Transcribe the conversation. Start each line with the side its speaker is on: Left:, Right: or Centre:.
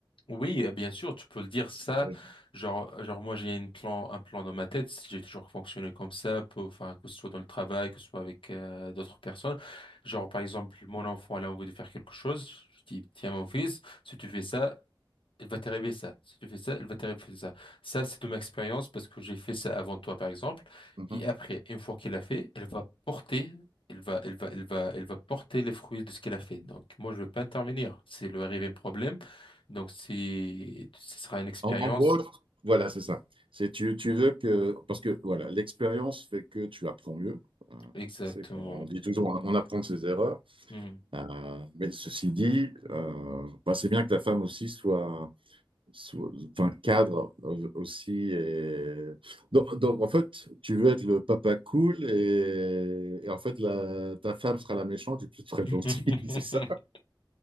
Left: Oui, euh, bien sûr, tu peux le dire ça.
Right: Ah oui.
Left: Genre, euh, genre moi, j'ai une plan, un plan dans ma tête. si J'ai toujours fonctionné comme ça, peu- enfin, que ce soit dans le travail, que ce soit avec euh, d'autres personnes. Genre, par exemple, mon enfant, elle a envie de faire quelque chose. Je dis, tiens, mon fils, si tu fais ça, il va t'arriver ça. Si tu fais ça, il va t'arriver ça. Ça, c'est de ma expérience parce que j'ai fait ça avant toi, par exemple.
Right: Mhm.
Left: Et après, une fois qu'il a fait, elle va porter, elle va, elle va, elle va, elle va porter les fruits de ce qu'elle a fait. Donc, moi, je ne vais pas intervenir. C'est le arrivé un problème. Donc, c'est, ce sera une expérience.
Right: En, en gros, voilà, c'est ça. C'est tu, tu veux que parce que voilà, l'expérience fait que tu apprends mieux. Euh,
Left: Exactement.
Right: C'est qu'on on dit toujours, on, apprend de ses erreurs.
Left: Hmm.
Right: Euh, mais ceci dit, euh, bah, c'est bien que la femme aussi soit sous- enfin, cadre euh, aussi. et- Donc, donc, en fait, tu veux être le papa cool et, et en fait, la- ta femme sera la méchante et tu seras le
Left: <laughs>
Right: gentil, <laughs> c'est ça?